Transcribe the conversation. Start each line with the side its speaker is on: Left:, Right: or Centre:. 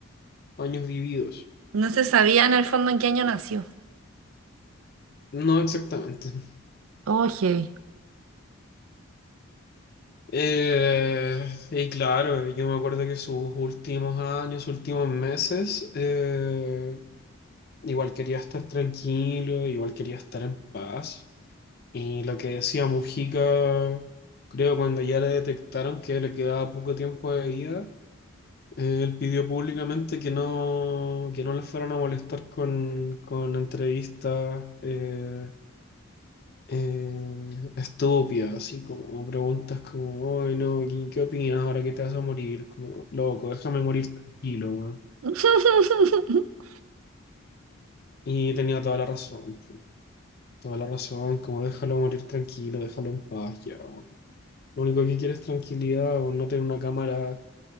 Left: años vividos.
Right: No se sabía en el fondo en qué año nació.
Left: No exactamente. <laughs>
Right: Oye,
Left: Eh, y claro, yo me acuerdo que sus últimos años, sus últimos meses, eh, Igual quería estar tranquilo, igual quería estar en paz. Y lo que decía Mujica, creo cuando ya le detectaron que le quedaba poco tiempo de vida, eh, él pidió públicamente que no, que no le fueran a molestar con, con entrevistas eh, eh, estúpidas, así como preguntas como, ay no, ¿qué, qué opinas ahora que te vas a morir? Como, loco, déjame morir tranquilo, weón".
Right: <laughs>
Left: Y tenía toda la razón. pues. Toda la razón, como déjalo morir tranquilo, déjalo en paz ya, weón. Lo único que quiere es tranquilidad, o no tener una cámara